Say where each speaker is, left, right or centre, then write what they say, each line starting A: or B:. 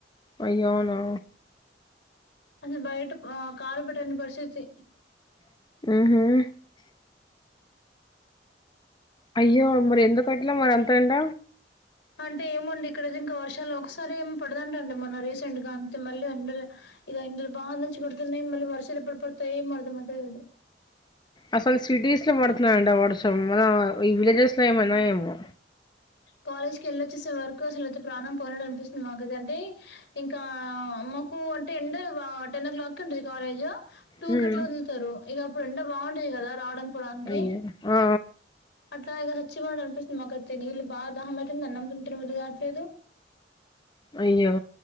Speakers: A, on the left; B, on the left.
A: అయ్యో అవునా
B: హ్మ్ బయట ఆ కాలు పెటలేని పరిస్థితి
A: హుమ్ అయ్యో మరి ఎందుకు అట్లా మరి అంతా ఎండ
B: అంటే ఏమొండి ఇక్కడ ఇంకా వర్షం నెలో ఒకసారే ఏం పడదంటండి మొన్న రీసెంట్ గా అంతే మళ్ళీ ఎండాలే ఇగ <unintelligible> వాన్లోచి పడుతున్నాయి మళ్ళీ వర్షాలు ఎప్పుడి పడతాయి ఏమో అర్థంమయితా లేదు
A: అసలు సిటీస్ లో పడుతున్నాయండి వర్షం మన ఈ విలేజెస్ లో ఏమన్నా ఏమో
B: కాలేజ్ కి వెళ్ళొచ్చేసే వరకు అసలుయితే ప్రాణం పోనట్ అనిపిస్తుంది నాకు అయితే ఇంకా ఆ మాకు అంటే ఎండలు బా టెన్ ఓ క్లాక్ ఉంటుంది కాలేజ్ టూ
A: హ్మ్
B: కట్ల వదులుతారు ఇక ఎండలు బా ఉంటాయి కదా రావడానికి పోవడానికి
A: అయ్యో ఆ
B: త ఇగ చచ్చిపోతాం అనిపిస్తుంది మాకైతే నీళ్లు బాగా దాహం ఐత్ తిందాం <unintelligible> వీళ్లు కావట్లేదు
A: అయ్యో